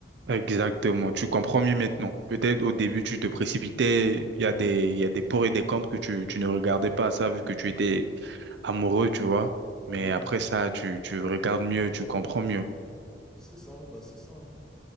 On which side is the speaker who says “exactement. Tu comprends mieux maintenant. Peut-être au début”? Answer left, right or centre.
Right